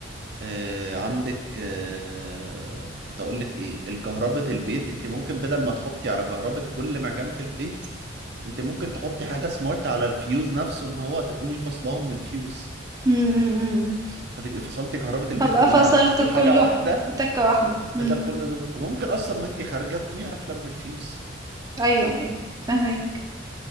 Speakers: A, on the right (about 60°); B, on the right (about 20°).
A: آه عندك آه كنت اقول لك ايه الكهرباء البيت انت ممكن بدل ما تحطي على كهرباء كل مكان في البيت انت ممكن تحطي حاجه سمارت على الفيوز نفسه ان هو تقومي فصلهم من الفيوز
B: امم
A: فتبقي فصلتي كهرباء البيت
B: هبقى
A: كلها
B: فصلت
A: بحاجه
B: كله
A: واحده
B: بتكة واحدة امم
A: بدل كل دول وممكن اصلا وانت خارجه تقومي قافله من الفيوز
B: ايوه
A: شكرا
B: ايوه فاهمك